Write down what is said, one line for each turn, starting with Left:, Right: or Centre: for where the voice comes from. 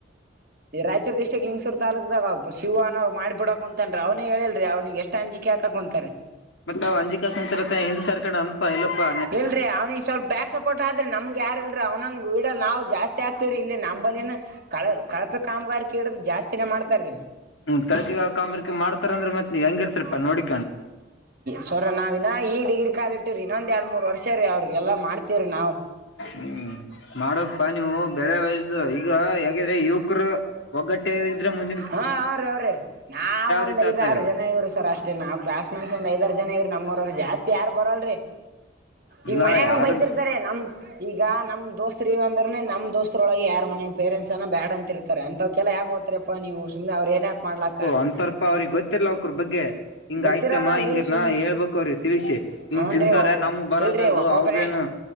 Right: ಈ ರಾಯಚೂರು ಡಿಸ್ಟ್ರಿಕ್ ಲಿಂಗ್ಸೂ ತಾಲೂಕ್ದಾಗ ಶಿವ ಅನೋ್ ಮಾಡ್ಬ ಬಿಡಪ್ಪ ಅಂತನ್ ಅವನೇ ಹೇಳಲ್ರಿ ಅವನಿಗೆ ಎಷ್ಟ ಅಂಜಿಕೆ ಆಗ್ ತಗೊಂತಾರೆ
Left: ಮತ್ತತ್ ಅವ್ ಅಂಜಿಕಾ ಕುಂತರತ್ತ ಹಿಂದ್ ಸರ್ಕೊಂಡ್ ಅನಪಾ ಎಲ್ಲಪ್ಪಾ
Right: ಇಲ್ರರಿ ಅವ್ನಿ ಸ್ವಲ್ಪ ಬ್ಯಾಕ್ ಸಪೋರ್ಟ್ ಆದ್ರೆ ನಮ್ಗ್ ಯಾರಲ್ರರಿ ಅವ್ನಂಗ್ ಗೀಡ ನಾವು ಜಾಸ್ತಿ ಆಗ್ತಿವರಿ ಇಲ್ಲಿ ನಮ ಕಳ ಕಳಪ ಕಾಮಗಾರಿ ಇಡೋದು ಜಾಸ್ತಿನೇ ಮಾಡ್ತಾರರಿ
Left: ಹ್ಮ ಕಳಕಿ ಕಾಮಂಬ್ರಿ ಮಾಡ್ತಾರ ಅಂದ್ರ ಮತ್ ನೀವ ಹೆಂಗಿರ್ತರಿಪಾ ನೋಡಿ
Right: ಸರ ನಾವ್ ಇಾ ಈ ಡಿಗ್ರಿ ಕಾಲಿ ಇಟ್ಟ್ರರಿ ಇನ್ನೊಂದ ಎರಡ್ ಮೂರ್ ವರ್ಷ ರೀ ಅವ್ರಿಗೆಲ್ಲಾ ಮಾಡ್ತೀವ್ರಿ ನಾವು
Left: ಹ್ಮ್ ಮಾಡೋಕ್ ಪ ನೀವು ಬೆಳೆ ವಯಸ್ದ ಈ ಈಗ ಹೇಿದ್ರೆ ಯುವಕರು ಒಗ್ಗಟ್ಟೆ ಇದ್ರೆ ಮುಂದೆ
Right: ಹಾ ಅವ್್ರರಿ ಅವ್ರೀ ನಾವ್ ಒಂದ
Left: ರೀತಿ
Right: ಐದಾರು
Left: ಆಗ್ತದ
Right: ಜನ ಇವ್ರಿ ಸರ್ ಅಷ್ಟೇ ನಾವ್ ಕ್ಲಾಸ್ ಮೇಟ್ಸ್ ಒಂದ್ ಐದಾರು ಜನ ಇವ್ರಿ ನಮ್ಮರು ಜಾಸ್ತಿ ಯಾರ್ು ಬರಲ್ರಿ
Left: ಇಲ್ಲ
Right: ಈಗ ಮನ್ಯಾಗ
Left: ಯಾರು
Right: ಬೈತಿರ್ತಾರೆ ನಮ ಈಗ ನಮ್ ದೋಸ್ತ್ ಇವ ಅಂದ್ರೆ ನಮ್ಮ ದೋಸ್್ರಳಗೆ ಯ ಮನ್ಾಗ ಪೇರೆಂಸ್ಏನ ಬ್ಯಾಡ್ ಅಂತ ಇರ್ತಾರೆ ಅಂತ ಕೆಲ್ಲ ಯಾಕಕ್ ಹತ್ರಿಪ್ಪಾ ನೀವು ಸುಮ್ನೆ ಅವರು ಏನ್ ಯಾಕ ಮಾಡ್ಲಾಕ್ಕ
Left: ಅಂತರ್ಪ ಅವ್ರಿಗೆ ಗೊತ್ತಿಲ್ಲ ಅವಕ್ರ ಬಗ್ಗೆ ಹಿಂಗ
Right: ಗೊತ್ತಿರ
Left: ಆಯ್ತಮ್ಮ
Right: ಲ್ೀ
Left: ಹಿಂಗನ
Right: ಸುಮನೆ
Left: ಹೇಳ್ಬೇಕ ಅವ್ರಿಗೆ ತಿಳಿಸಿ ಹಿಂಗ್
Right: ಹನ್ರಿ
Left: ತಿಂತಾರೆ ನಮಗ್ ಬರೋದದು
Right: ಇಲ್ರಿ ಒಬ್ಬೊಬ್ಬನ
Left: ಅವ್ರದೇನು